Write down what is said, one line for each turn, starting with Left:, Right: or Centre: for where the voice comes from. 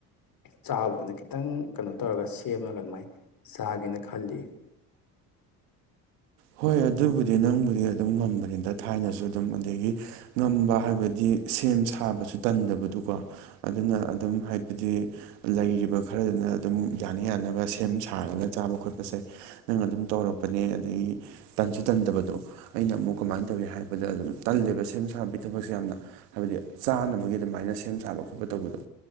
Left: ꯆꯥꯕꯗꯨꯅ ꯈꯤꯇꯪ ꯀꯩꯅꯣ ꯇꯧꯔꯒ ꯁꯦꯝꯃꯒ ꯑꯗꯨꯃꯥꯏꯅ ꯆꯥꯒꯦꯅ ꯈꯜꯂꯤ
Right: ꯍꯣꯏ ꯑꯗꯨꯕꯨꯗꯤ ꯅꯪꯕꯨꯗꯤ ꯑꯗꯨꯝ ꯉꯝꯕꯅꯤꯝꯇ ꯊꯥꯏꯅꯁꯨ ꯑꯗꯨꯝ ꯑꯗꯒꯤ ꯉꯝꯕ ꯍꯥꯏꯕꯗꯤ ꯁꯦꯝ ꯁꯥꯕꯁꯨ ꯇꯟꯗꯕꯗꯨꯀꯣ ꯑꯗꯨꯅ ꯑꯗꯨꯝ ꯍꯥꯏꯕꯗꯤ ꯂꯩꯔꯤꯕ ꯈꯔꯗꯨꯅ ꯑꯗꯨꯝ ꯌꯥꯅ ꯌꯥꯅꯕ ꯁꯦꯝ ꯁꯥꯔꯒ ꯆꯥꯕ ꯈꯣꯠꯄꯁꯦ ꯅꯪ ꯑꯗꯨꯝ ꯇꯧꯔꯛꯄꯅꯦ ꯑꯗꯒꯤ ꯇꯟꯁꯨ ꯇꯟꯗꯕꯗꯣ ꯑꯩꯅ ꯑꯃꯨꯛ ꯀꯃꯥꯏꯅ ꯇꯧꯏ ꯍꯥꯏꯕꯗ ꯑꯗꯨꯝ ꯇꯜꯂꯦꯕ ꯁꯦꯝ ꯁꯥ ꯁꯥꯕꯕꯤ ꯊꯕꯛꯁꯦ ꯌꯥꯝꯅ ꯍꯥꯏꯕꯗꯤ ꯆꯥꯅꯕꯒꯤ ꯑꯗꯨꯃꯥꯏꯅ ꯁꯦꯝ ꯁꯥꯕ ꯈꯣꯠꯄ ꯇꯧꯕꯗꯣ